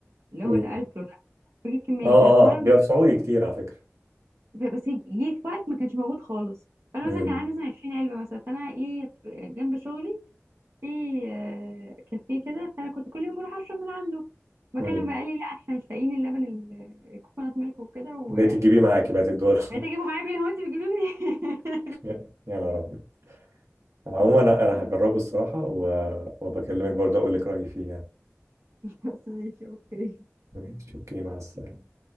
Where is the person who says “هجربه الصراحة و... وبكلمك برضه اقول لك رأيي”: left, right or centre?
Right